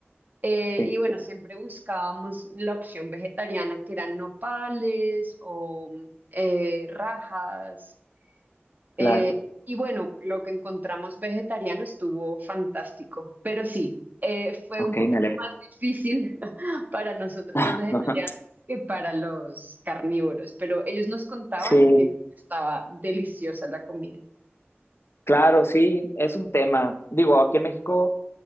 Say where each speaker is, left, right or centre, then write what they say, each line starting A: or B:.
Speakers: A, on the right; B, on the left.
A: Eh,
B: sí,
A: y bueno, siempre buscábamos la opción vegetariana, que eran nopales o eh, rajas eh,
B: claro,
A: y bueno, lo que encontramos vegetariano estuvo fantástico, pero sí, eh, fue
B: ok,
A: un poquito
B: me alegro.
A: más difícil <laughs> para nosotros
B: <laughs>
A: los vegetarianos que para los carnívoros, pero ellos nos contaban
B: Sí,
A: que estaba deliciosa la comida.
B: claro, sí, es un tema. Digo, aquí en México